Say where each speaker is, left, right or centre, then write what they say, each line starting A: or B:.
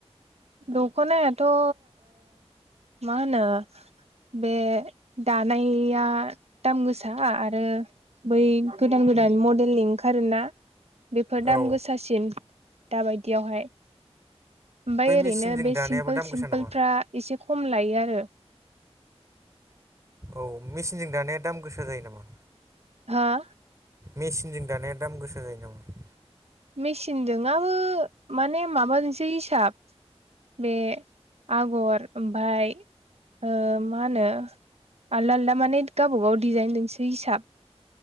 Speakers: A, on the right (about 70°); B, on the right (about 30°).
A: दखनायाथ' ओ मा होनो बे दानाइया दाम गोसा आरो बै गोदान गोदान मडेलनि ओंखारोना बेफोर दाम
B: औ
A: गोसासि सिम दाबादियावहाय। ओमफाय
B: बै
A: ओरैनो
B: मेचिनजों
A: बे
B: दानायाबो
A: सिमपोल
B: दाम गोसा
A: सिमपोलफ्रा
B: नामा
A: एसे खम लायो आरो।
B: औ मेसिनजों दानाया दाम गोसा जायो नामा?
A: हो?
B: मेसिनजों दानाया दाम गोसा जायो नामा?
A: मेसिनजों आबो माने माबाजोंसो हिसाब बे आगर ओमफाय ओ मा होनो आलदा आलदा माने गावबागाव डिजाइन जोंसो हिसाब।